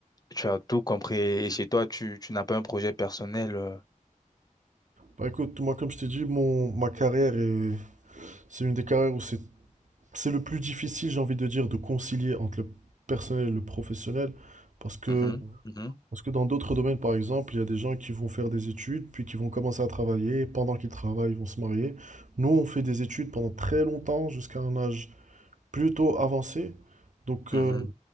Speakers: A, on the left (about 30°); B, on the right (about 65°).
A: Tu as tout compris. Et chez toi, tu, tu n'as pas un projet personnel. euh.
B: Bah écoute, moi comme je t'ai dit, mon, ma carrière est, c'est une des carrières où c'est, c'est le plus difficile, j'ai envie de dire, de concilier entre le personnel et le professionnel parce que
A: Mhm, mhm,
B: Parce que dans d'autres domaines, par exemple, il y a des gens qui vont faire des études, puis qui vont commencer à travailler. et Pendant qu'ils travaillent, ils vont se marier. Nous, on fait des études pendant très longtemps, jusqu'à un âge plutôt avancé. Donc,
A: mhm.
B: euh, Mhm.